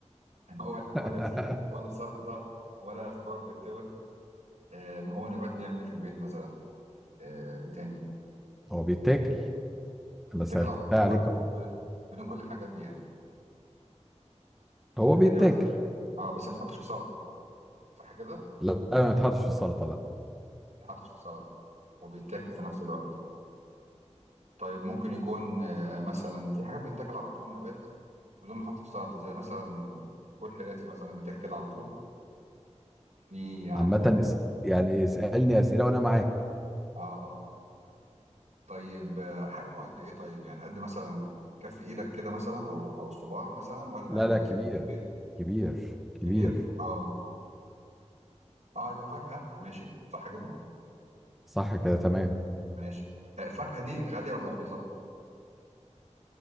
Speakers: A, on the right (about 70°); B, in the centre.
A: <laughs> ولا
B: <laughs>
A: ولا زينة ولا سلطة ولا خضار بيتطبخ آه، ما هو نبات بيعمل إيه في البيت مثلا آه، إيه تاني
B: هو بيتاكل
A: بيتاكل
B: انا سالتها
A: على طول
B: عليك اهو
A: ب- بدون كل الحاجات دي يعني
B: هو
A: طيب
B: بيتاكل
A: انت بس اه بس ما بتحطش في سلطة صح كده
B: لا ما يتحطش في السلطه لا
A: بيتحطش في سلطة وبيتاكل في نفس الوقت طيب ممكن يكون آه، مثلا في حاجات بتتاكل على طول نبات بدون ما يتحط في سلطة زي مثلا فول حراتي مثلا بيتاكل كده على طول في عندك
B: عامه اس- يعني اسالني اسئله وانا معاك
A: اه اه طيب آه، حجمه قد ايه طيب يعني قد مثلا كف ايدك كده مثلا او او الصباع مثلا ولا
B: لا
A: قد
B: لا كبير
A: ولا كبير
B: كبير كبير
A: كبير اه اه يبقى فاكهة ماشي صح كده
B: صح كده تمام
A: ماشي آه، فاكهة دي غالية ولا رخيصة